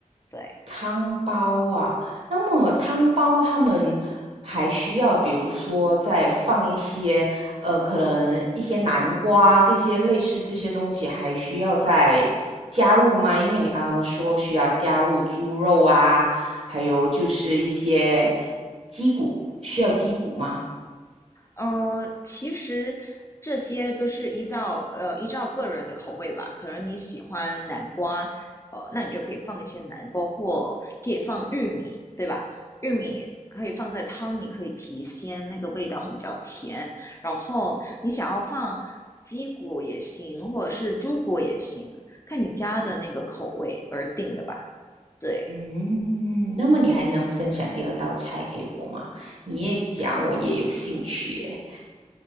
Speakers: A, on the left; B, on the right.
A: 对。
B: 汤包啊，那么汤包他们还需要，比如说再放一些，呃，可能一些南瓜这些类似这些东西，还需要再加入吗？因为你刚刚说需要加入猪肉啊，还有就是一些鸡骨，需要鸡骨吗？
A: 呃，其实这些都是依照呃依照个人的口味吧。可能你喜欢南瓜，呃，那你就可以放一些南瓜，或可以放玉米，对吧？玉米可以放在汤里，可以提鲜，那个味道会比较甜。然后你想要放鸡骨也行，或者是猪骨也行，看你家的那个口味而定的吧。对。
B: 嗯，那么你还能分享第二道菜给我吗？你也讲，我也有兴趣耶。